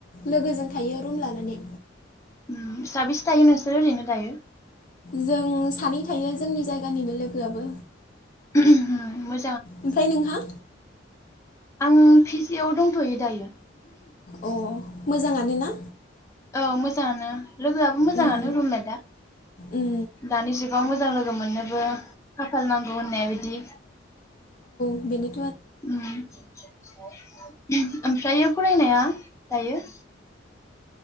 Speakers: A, on the left; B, on the left.
A: लोगोजों थायो रुम लानानै
B: उम साबेसे थायो नोंसोरो ओरैनो दायो
A: जों सानै थायो जोंनि जायगानिनो लोगोआबो।
B: उम मो
A: ओमफ्राय नोंहा?
B: आं फिजियाव दंथ'यो दायो।
A: अ मोजाङानो ना?
B: औ मोजाङानो। लोगोआबो मोजाङानो
A: उम
B: रुममेटआ।
A: उम
B: दानि जुगाव मोजां लोगो लोगो मोननोबो खाफाल नांगौ होननाय बिदि।
A: बेनो <unintelligible>
B: उ ओमफ्राय फरायनाया दायो?